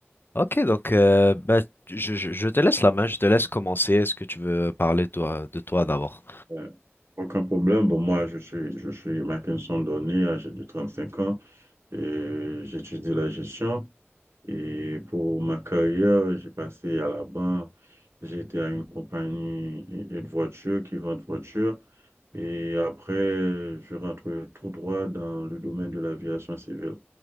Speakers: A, on the left; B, on the right.
A: Ok, donc euh, bah, je, je- je te laisse la main, je te laisse commencer. Est-ce que tu veux parler toi, de toi d'abord?
B: Euh, Aucun problème. Bon, moi, je suis, je suis Mackinson Donné, âgé de 35 ans, et j'étudie la gestion. Et pour ma carrière, j'ai passé à la banque, j'ai été à une compagnie de voitures qui vend de voitures. Et après, je rentre tout droit dans le domaine de l'aviation civile.